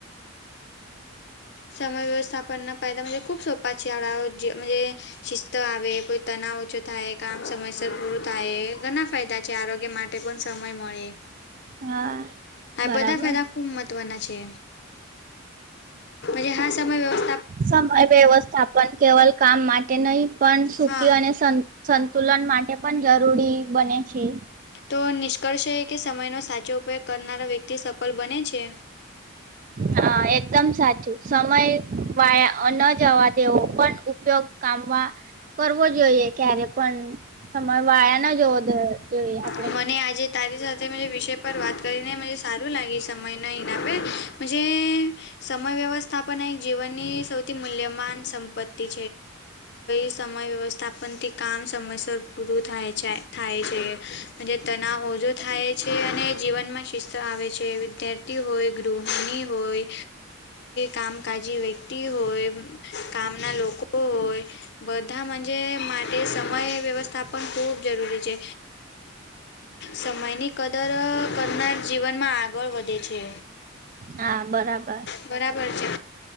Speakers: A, on the left; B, on the right.
A: સમય વ્યવસ્થાપનના ફાયદાજ ખૂબ સોપા છે આળડાઓ જેમ જે શિસ્ત આવે કોઈ તણાવ ઓછો થાય કામ સમયસર પૂરું થાય ઘણા ફાયદા છે આરોગ્ય માટે <unintelligible> સમય મળે
B: હા
A: આ
B: બરાબર
A: બધા ફાયદા ખૂબ મહત્વના છે જ હા સમય વ્યવસ્
B: સમય વ્યવસ્થાપન કેવલ કામ માટે નહી પણ સુખી
A: હા
B: અને સંતુલન માટે પણ જરૂરી બને છે.
A: તો નિષ્કર્ષ એ કે સમયનો સાચો ઉપયોગ કરનારો વ્યક્તિ સફળ બને છે.
B: હા! એકદમ સાચું. સમય વાળ ન જવા દેવો પણ ઉપયોગ કામ મા કરવો જોઈએ ક્યારે પણ સમય વાયા ન જો આપડે
A: મને આજે તારી સાથે વિષય પર વાત કરીને સારું લાગે સમયના એનામે આપે સમય વ્યવસ્થાપન, એક જીવનની સૌથી મૂલ્યમાન સંપત્તિ <unintelligible> સમય વ્યવસ્થાપનથી કામ સમયસર પૂરું થાય છે. થાય છે. તનાવ ઓછો થાય છે. અને જીવનમાં શિસ્ત આવે છે. વિદ્યાર્થી હોય. ગૃહણી હોય. કામકાજી વ્યક્તિ હોય કામ ના લોકો હોય બધા માં જે માટે સમય વ્યવસ્થા પણ ખૂબ જરૂરી છે. સમયની કદર કરનાર જીવનમાં આગળ વધે છે.
B: હા બરાબર.
A: બરાબર છે.